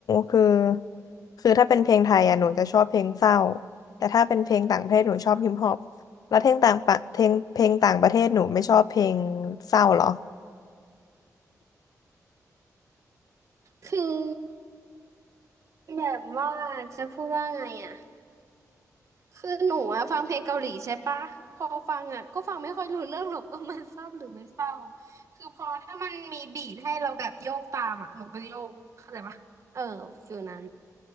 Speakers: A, on the left (about 80°); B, on the right (about 55°).
A: คือคือถ้าเป็นเพลงไทยอ่ะหนูจะชอบเพลงเศร้าแต่ถ้าเป็นเพลงต่างประเทศหนูชอบฮิปฮอปแล้วเพลงต่างประเพลงเพลงต่างประเทศหนูไม่ชอบเพลงเศร้าเหรอ
B: คือแบบว่าจะพูดว่าไงอ่ะ คือหนูอะฟังเพลงเกาหลีใช่ปะพอฟังอะก็ฟังไม่ค่อยรู้เรื่องหรอก <laughs> เออมันเศร้าหรือไม่เศร้าคือพอถ้ามันมีบีทให้เราแบบโยกตามอะหนูก็โยกเข้าใจปะเออฟิลนั้น